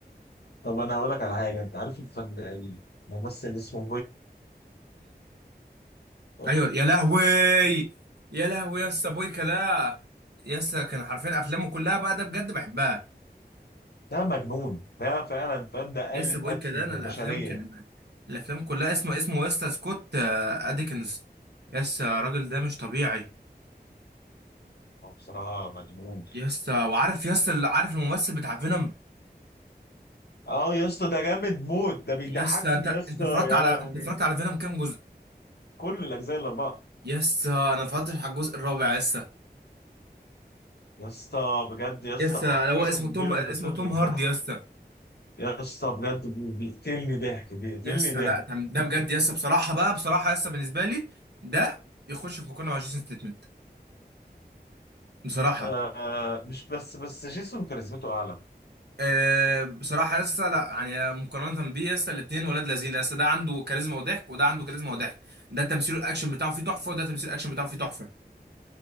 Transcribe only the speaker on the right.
ايوه يا لهوي يا لهوي يا اسطى بويكا ده يا اسطى كان حرفيا افلامه كلها بقى ده بجد بحبها
يا اسطى
بويكا ده انا الافلام
كان الافلام كلها اسمه اسمه يا اسطى سكوت آه، ادكنز يا اسطى الراجل ده مش طبيعي
يا اسطى وعارف يا اسطى عارف الممثل بتاع فينوم
يا اسطى انت انت
اتفرجت
على
انت اتفرجت على فينوم كام جزء
يا اسطى انا اتفرجت على الجزء الرابع يا اسطى
يا اسطى هو
اسمه توم
اسمه
توم
هاردي يا اسطى
يسنا
لا ده ده بجد يسا بصراحه بقى بصراحه يسا بالنسبه لي ده يخش في مقارنه مع جيسون ستيتمنت بصراحه
أه بصراحه يسا لا يعني مقارنه بيه يسا الاثنين ولاد لذين يسا ده عنده كاريزما وضحك وده عنده كاريزما وضحك ده تمثيل الاكشن بتاعه فيه تحفه وده تمثيل الاكشن بتاعه فيه تحفه